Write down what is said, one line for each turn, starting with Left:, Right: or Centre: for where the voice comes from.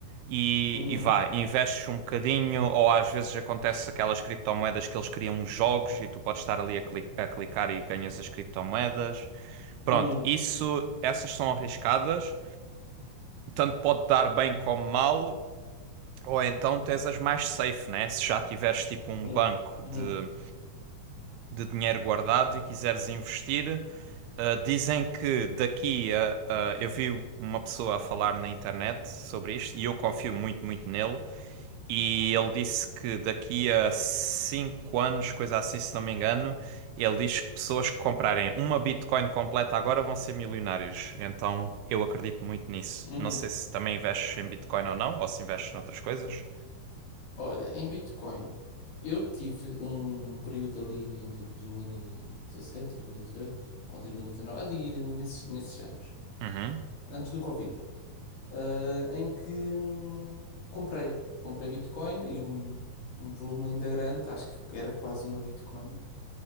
Right: e,
Left: uhum,
Right: e vá, investes um bocadinho, ou às vezes acontece aquelas criptomoedas que eles criam uns jogos e tu podes estar ali a, cli- a clicar e ganhas as criptomoedas. Pronto,
Left: uhum,
Right: isso, essas são arriscadas, tanto pode dar bem como mal. Ou então tens as mais safe, né? Se já tiveres tipo um
Left: uhum,
Right: banco de,
Left: uhum,
Right: de dinheiro guardado e quiseres investir, ah, dizem que daqui a, a- eu vi uma pessoa a falar na internet sobre isto e eu confio muito, muito nele. E ele disse que daqui a 5 anos, coisa assim, se não me engano, ele diz que pessoas que comprarem uma Bitcoin completa agora vão ser milionários. Então eu acredito muito nisso.
Left: uhum.
Right: Não sei se também investes em Bitcoin ou não, ou se investes noutras coisas.
Left: Olha, em Bitcoin, eu tive um período ali em 2017, 2018 ou 2019, ali nesses, nesses anos,
Right: Uhum.
Left: antes do Covid, ah, em que hum, comprei, comprei Bitcoin e um, um volume ainda grande, acho que era quase uma Bitcoin,